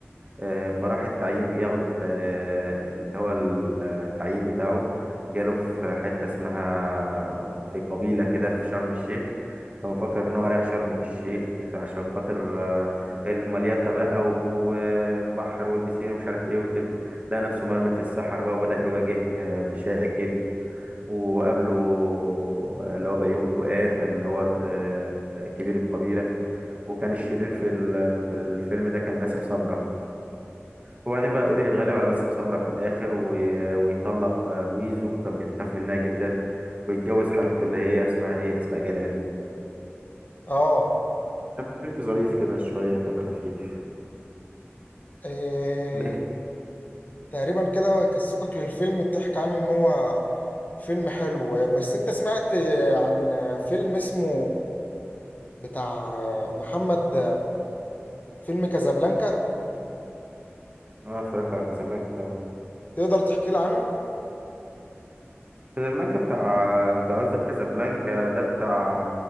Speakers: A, on the right; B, on the left.
A: آه، فراح التعيين ياخد الت- آه، اللي هو ال- آه، التعيين بتاعه جاله في حتة اسمها في قبيلة كده في شرم الشيخ كان مفكر إن هو رايح شرم الشيخ عشان خاطر آه، المليطة بقى والبحر والبسين ومش عارف إيه وكده لقى نفسه مرمي في الصحراء بقى وبدأ يواجه آه، مشاكل وقابله اللي هو بيومي فؤاد كان هو آه، كبير القبيلة وكان الشرير في ال- في الفيلم ده كان باسم سمرة وبعدين بقى قدر يتغلب على باسم سمرة في الآخر و... ويطلق آه، ويزو كان بيخاف منها جدا ويتجوز حبيبته اللي هي اسمها ايه أسماء جلال
B: اه
A: كان فيلم ظريف كده شوية كان خفيف
B: آه،
A: لكن
B: تقريبا كده قصتك للفيلم بتحكي عنه ان هو فيلم حلو بس انت سمعت عن فيلم اسمه بتاع محمد فيلم كازابلانكا
A: اه اتفرجت على كازابلانكا طبعا
B: تقدر تحكي لي عنه
A: كازابلانكا بتاع آه، انت قصدك كازابلانكا ده بتاع